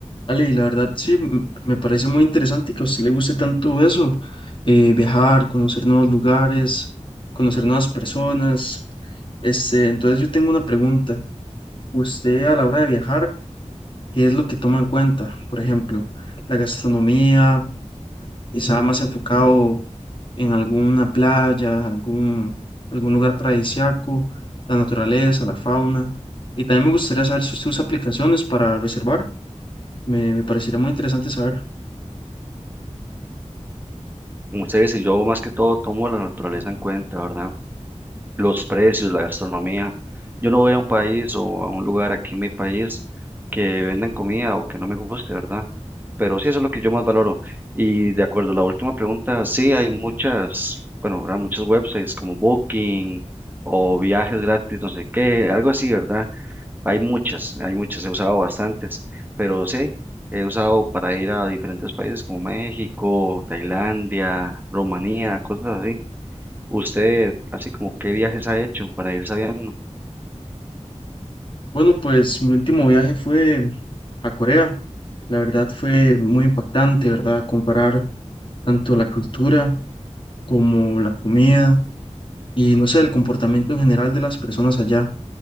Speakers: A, on the left; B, on the right.
A: Ale, y la verdad sí, m- me parece muy interesante que a usted le guste tanto eso, eh, viajar, conocer nuevos lugares, conocer nuevas personas. Este, entonces yo tengo una pregunta. Usted a la hora de viajar, ¿qué es lo que toma en cuenta? Por ejemplo, la gastronomía, quizá más enfocado en alguna playa, algún, algún lugar paradisíaco, la naturaleza, la fauna. Y también me gustaría saber si usted usa aplicaciones para reservar. Me, me parecería muy interesante saber.
B: Ustedes y yo más que todo tomo la naturaleza en cuenta, ¿verdad? Los precios, la gastronomía. Yo no voy a un país o a un lugar aquí en mi país que vendan comida o que no me guste, ¿verdad? Pero sí, eso es lo que yo más valoro. Y de acuerdo a la última pregunta, sí, hay muchas, bueno, ¿verdad? muchos websites como Booking o viajes gratis, no sé qué, algo así, ¿verdad? Hay muchas, hay muchas, he usado bastantes, pero sí, he usado para ir a diferentes países como México, Tailandia, Rumanía, cosas así. Usted, así como, ¿qué viajes ha hecho para ir sabiendo?
A: Bueno, pues mi último viaje fue a Corea. La verdad fue muy impactante, ¿verdad? Comparar tanto la cultura como la comida y no sé, el comportamiento en general de las personas allá.